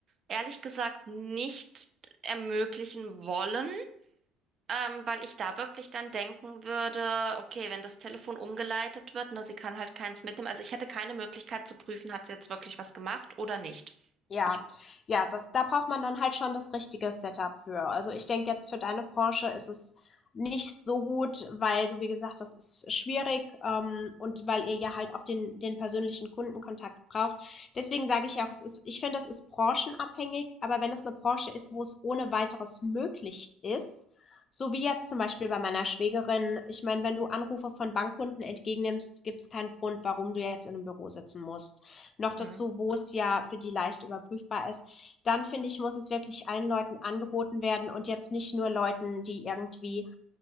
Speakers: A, on the right; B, on the left.
A: ehrlich gesagt nicht ermöglichen wollen, ähm, weil ich da wirklich dann denken würde, okay, wenn das Telefon umgeleitet wird, ne, sie kann halt keins mitnehmen. Also ich hätte keine Möglichkeit zu prüfen, hat sie jetzt wirklich was gemacht oder nicht.
B: Ja,
A: Ich,
B: ja, das da braucht man dann halt schon das richtige Setup für. Also, ich denke jetzt für deine Branche ist es nicht so gut, weil du, wie gesagt, das ist schwierig, ähm, und weil ihr ja halt auch den den persönlichen Kundenkontakt braucht. Deswegen sage ich ja auch, es ist ich finde, das ist branchenabhängig, aber wenn es eine Branche ist, wo es ohne Weiteres möglich ist, so wie jetzt zum Beispiel bei meiner Schwägerin, ich meine, wenn du Anrufe von Bankkunden entgegennimmst, gibt es keinen Grund, warum du jetzt in einem Büro sitzen musst noch dazu,
A: Mhm.
B: wo es ja für die leicht überprüfbar ist, dann finde ich, muss es wirklich allen Leuten angeboten werden und jetzt nicht nur Leuten, die irgendwie